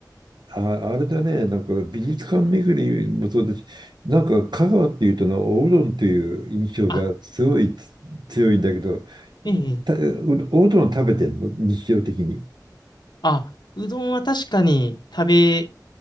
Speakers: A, on the right; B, on the left.
A: あ、あれだね、なんか美術館巡りもそうだし、なんか香川っていうとな、おうどんっていう印象がすごいつ強いんだけど、
B: あ、ええ、ええ
A: た、おうどん食べてんの日常的に。
B: あ、うどんは確かに食べ、